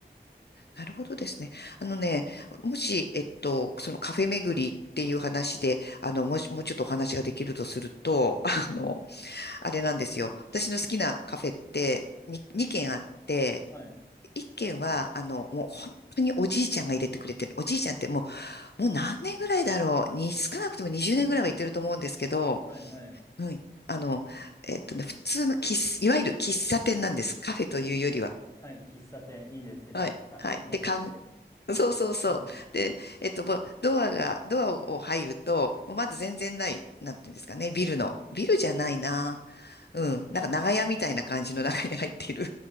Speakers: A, on the left (about 65°); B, on the left (about 15°).
A: なるほどですね。あのね、もし、えっと、そのカフェ巡りっていう話で、あの、もし、もうちょっとお話ができるとすると、<laughs> あの、
B: うん。
A: あれなんですよ。私の好きなカフェって2、に二軒あって、
B: はい。
A: 一軒は、あの、もう本当におじいちゃんが入れてくれてる。おじいちゃんってもう、もう何年ぐらいだろう。に、少なくとも20年ぐらいは行ってると思うんですけど、
B: はい、はい。
A: うん。あの、えっとね、普通の喫茶、いわゆる喫茶店なんです。カフェというよりは。
B: はい、喫茶店、いいですね。
A: はい。
B: あ味が出てて。
A: はい。で、カウン、そうそうそう。
B: うん。
A: で、えっと、もうドアが、ドアを入ると、もうまず全然ない、なんていうんですかね、ビルの。ビルじゃないな。うん。なんか長屋みたいな感じの中に入っている。